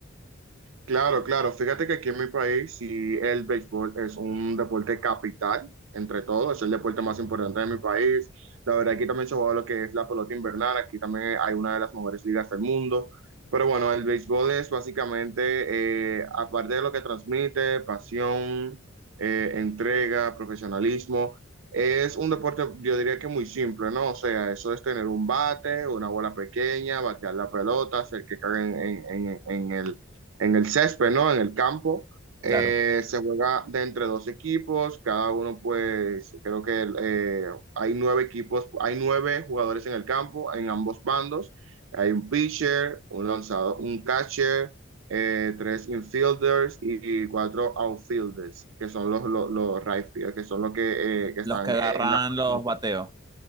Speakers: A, on the right (about 70°); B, on the right (about 20°).
A: Claro, claro. Fíjate que aquí en mi país sí el béisbol es un deporte capital, entre todos, es el deporte más importante de mi país. La verdad, aquí también se juega lo que es la pelota invernal, aquí también hay una de las mejores ligas del mundo. Pero bueno, el béisbol es básicamente, eh, aparte de lo que transmite, pasión, eh, entrega, profesionalismo, es un deporte, yo diría que muy simple, ¿no? O sea, eso es tener un bate, una bola pequeña, batear la pelota, hacer que caiga en en- en- en el en el césped, ¿no? En el campo.
B: Claro.
A: Eh, se juega de entre dos equipos, cada uno pues creo que eh, hay nueve equipos, hay nueve jugadores en el campo, en ambos bandos. Hay un pitcher, un lanzador, un catcher, eh, tres infielders y, y cuatro outfielders, que son los, los, los right field, que son los que, eh, que están
B: Los que agarran
A: en la parte
B: los
A: de atrás.
B: bateos.